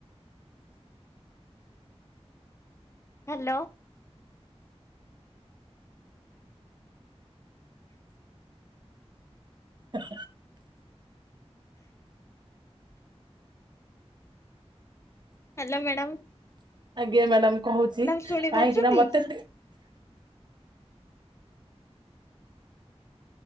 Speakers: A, on the left; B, on the right.
A: ହ୍ୟାଲୋ।
B: ଆ୍ଛା
A: ହ୍ୟାଲୋ ମ୍ୟାଡ଼ାମ।
B: ଆଜ୍ଞା ମ୍ୟାଡାମ କହୁଛି
A: ଶୁଣି
B: କାହିଁକି
A: ପାରୁଛନ୍ତି?
B: ନା ମତେ